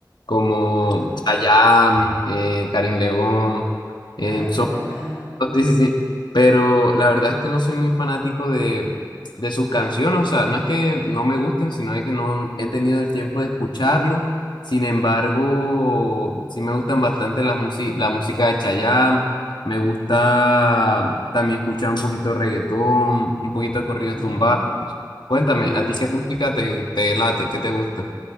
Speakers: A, on the left; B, on the right.
A: como
B: Ah,
A: Chayanne, eh, Karim León, em,
B: ah, caray, ajá.
A: <laughs> Sí, sí, sí. Pero la verdad es que no soy muy fanático de, de sus canciones. O sea, no es que no me gusten, sino de que no he tenido el tiempo de escucharlo. Sin embargo, sí me gustan bastante las musi- la música de Chayanne. Me gusta también escuchar un poquito de reggaetón, un poquito de corridos
B: Mm.
A: tumbados. Cuéntame,
B: Oye,
A: ¿a ti qué música te, te late? ¿Qué te gusta?